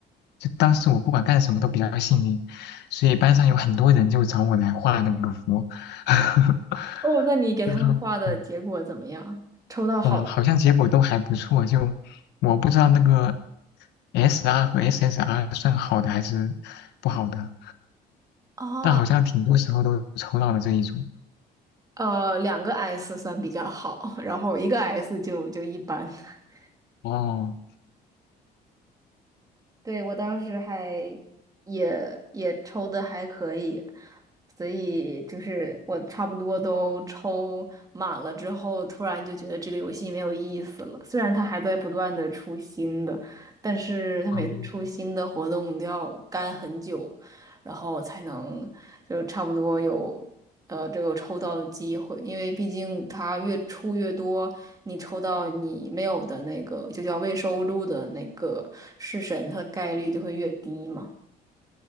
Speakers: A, on the left; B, on the right.
A: 就当时我不管干什么都比较幸运，所以班上有很多人就找我来画那个符，<laughs>
B: 哦，那你给他们画的结果怎么样？
A: 就他们。
B: 抽到好的。
A: 嗯，好像结果都还不错，就我不知道那个 SR 和 SSR 算好的还是不好的，
B: 哦，
A: 但好像挺多时候都抽到了这一种。
B: 呃，两个 S 算比较好，然后一个 S 就就一般。<laughs>
A: 哦，
B: 对，我当时还也也抽的还可以，所以就是我差不多都抽满了之后，突然就觉得这个游戏没有意思了。虽然它还在不断的出新的，但是它每次出新的活动都要干很久，
A: 嗯，
B: 然后才能就差不多有。呃这个抽到的机会，因为毕竟它越出越多，你抽到你没有的那个就叫未收录的那个式神，它的概率就会越低嘛。